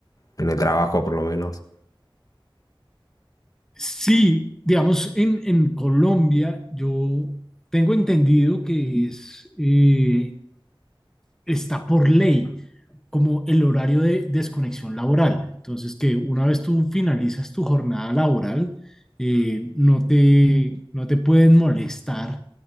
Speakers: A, on the left; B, in the centre.
A: en el trabajo por lo menos.
B: Sí, digamos, en, en Colombia yo tengo entendido que es, eh, está por ley. como el horario de desconexión laboral. Entonces, que una vez tú finalizas tu jornada laboral, eh, no te, no te pueden molestar